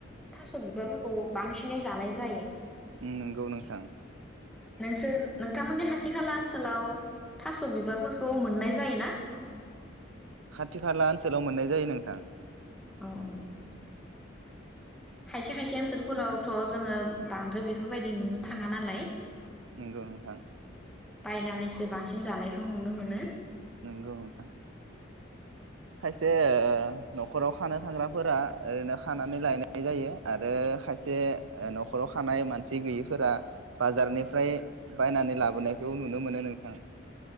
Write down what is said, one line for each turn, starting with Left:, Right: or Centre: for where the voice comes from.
Centre: थास' बिबारफोरखौ बांसिनै जानाय जायो।
Right: उम नोंगौ नोंथां।
Centre: नोंसोर नोंथांमोननि खाथि खाला ओनसोलाव थास' बिबारफोरखौ मोननाय जायो ना?
Right: खाथि-खाला ओनसोलाव मोननाय जायो नोंथां।
Centre: औ औ। खायसे-खायसे ओनसोलफोरावथ' जोङो बांद्राय बेफोरबायदि नुनो थाङा नालाय
Right: नोंगौ नोंथां।
Centre: बायनानैसो बांसिन जानायखौ नुनो मोनो।
Right: नोंगौ नोंथां खायस से ओ न'खराव खानो थांग्राफोरा ओरैनो खानानै लायनाय जायो आरो खायसे न'खराव खानाय मानसि गैयैफोरा बाजारनिफ्राय बायनानै लाबोनायखौ नुनो मोनो नोंथां।